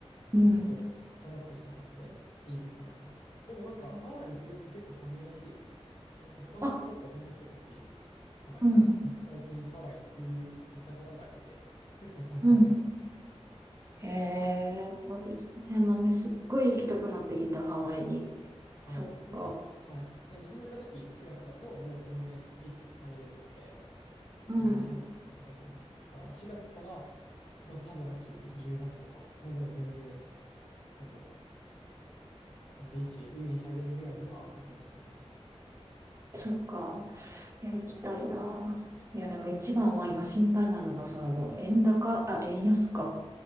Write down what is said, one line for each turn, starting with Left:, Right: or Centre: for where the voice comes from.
Right: うん。
Left: 結構カラッとした感じでいいのかなと思います。でもなんかハワイの冬って結構寒いらしいですね。
Right: そう
Left: なんか他の人と話した時はい、
Right: あ、うん、
Left: いなんか最近ハワイの冬行った方がいて、結構寒かったらしいです。
Right: うん。へえ、あ、いいですね。豆すっごい行きたくなってきた、ハワイに。
Left: あー、
Right: そっか。
Left: なんか、はい、自分の行った時4月だともう全然ビーチ入れるので、結構みんな入ってる感じだったんで、
Right: うん、
Left: だから4月から、まあ多分秋、10月とかまでは全然、その、あのビーチ、海に入れるぐらいには暖かいんだと思います。
Right: そっか。いや、行きたいな。いや、でも一番は今心配なのは、そのもう円高、あ、円安か。